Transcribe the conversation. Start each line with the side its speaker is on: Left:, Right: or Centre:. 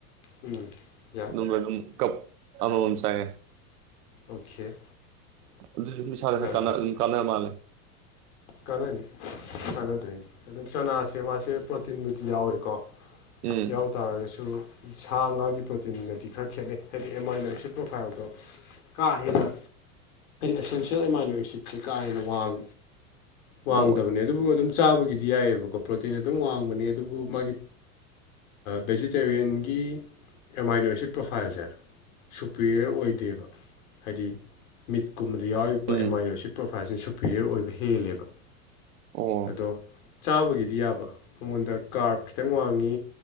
Left: ꯎꯝ ꯌꯥꯏ
Right: <unintelligible> ꯀꯞ ꯑꯃꯃꯝ ꯆꯥꯌꯦ
Left: ꯑꯣꯀꯦ
Right: ꯑꯗꯨꯖꯨ ꯑꯗꯨꯝ ꯏꯁꯥꯗ
Left: ꯌꯥꯝ
Right: ꯈ
Left: ꯐꯩ
Right: ꯑꯗꯨꯝ ꯀꯥꯟꯅ ꯃꯥꯜꯂꯦ
Left: ꯀꯥꯟꯅꯅꯤ ꯀꯥꯟꯅꯗꯣꯏꯅꯤ ꯑꯗꯨ ꯆꯅꯥꯁꯦ ꯃꯥꯁꯦ ꯄ꯭ꯔꯣꯇꯤꯟꯕꯨꯗꯤ ꯌꯥꯎꯏꯀꯣ
Right: ꯎꯝ
Left: ꯌꯥꯎ ꯇꯥꯔꯒꯁꯨ ꯁꯥ ꯉꯥꯒꯤ ꯄ꯭ꯔꯣꯇꯤꯟꯒꯗꯤ ꯈꯔ ꯈꯦꯠꯅꯩ ꯍꯥꯏꯗꯤ ꯑꯦꯝ ꯑꯥꯏꯅꯣ ꯑꯦꯁꯤꯠ ꯄ꯭ꯔꯣꯐꯥꯏꯜꯗꯣ ꯀꯥ ꯍꯦꯟꯅ ꯑꯦꯁꯦꯟꯁꯤꯌꯦꯜ ꯏꯃꯥꯟꯅꯣ ꯁꯤꯠꯁꯦ ꯀꯥ ꯍꯦꯟꯅ ꯋꯥꯡ ꯋꯥꯡꯗꯕꯅꯦ
Right: ꯑꯣ
Left: ꯑꯗꯨꯕꯨ ꯑꯗꯨꯝ ꯆꯥꯕꯒꯤꯗꯤ ꯌꯥꯏꯑꯕꯀꯣ ꯄ꯭ꯔꯣꯇꯤꯟ ꯑꯗꯨꯝ ꯋꯥꯡꯕꯅꯦ ꯑꯗꯨꯕꯨ ꯃꯥꯒꯤ ꯕꯦꯖꯤꯇꯦꯔꯤꯌꯟꯒꯤ ꯑꯃꯥꯏꯅꯣ ꯑꯦꯁꯤꯠ ꯄ꯭ꯔꯣꯐꯥꯏꯜꯁꯦ ꯁꯨꯄꯦꯔꯤꯌꯔ ꯑꯣꯏꯗꯦꯕ ꯍꯥꯏꯗꯤ ꯃꯤꯠꯀꯨꯝꯕꯗ ꯌꯥꯎꯔꯤꯕ
Right: ꯎꯝ
Left: ꯑꯦꯃꯥꯏꯅꯣꯁꯤꯠ ꯄ꯭ꯔꯣꯐꯥꯏꯜꯁꯤꯅ ꯁꯨꯄꯔꯤꯌꯔ ꯑꯣꯏꯕ ꯍꯦꯜꯂꯦꯕ
Right: ꯑꯣ
Left: ꯑꯗꯣ ꯆꯥꯕꯒꯤꯗꯤ ꯌꯥꯕ ꯃꯉꯣꯟꯗ ꯀꯥꯔꯞ ꯈꯤꯇꯪ ꯋꯥꯡꯉꯤ